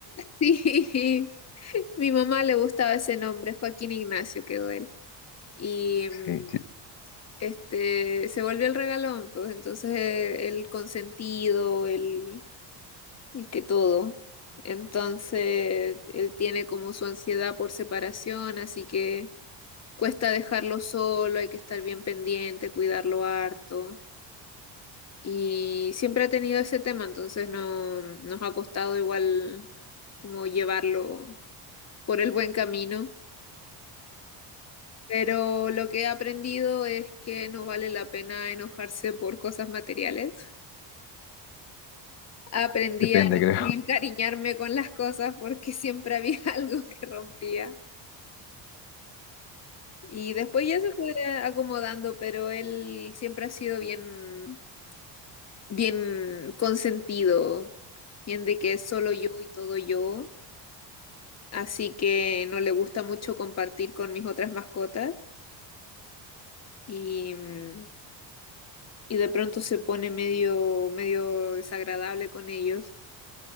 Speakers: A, on the left; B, on the left.
A: Sí, <laughs> mi mamá le gustaba ese nombre, Joaquín Ignacio quedó él. Y
B: Sí,
A: mm,
B: sí,
A: este se volvió el regalón, pues entonces eh, el consentido, el, el que todo. Entonces él tiene como su ansiedad por separación, así que cuesta dejarlo solo, hay que estar bien pendiente, cuidarlo harto. Y siempre ha tenido ese tema, entonces no nos ha costado igual como llevarlo por el buen camino. Pero lo que he aprendido es que no vale la pena enojarse por cosas materiales. Aprendí
B: depende,
A: a no
B: creo.
A: encariñarme con las cosas porque siempre había <laughs> algo que rompía. Y después ya se fue acomodando, pero él siempre ha sido bien, bien consentido, bien de que es solo yo y todo yo. Así que no le gusta mucho compartir con mis otras mascotas. Y mm, y de pronto se pone medio, medio desagradable con ellos.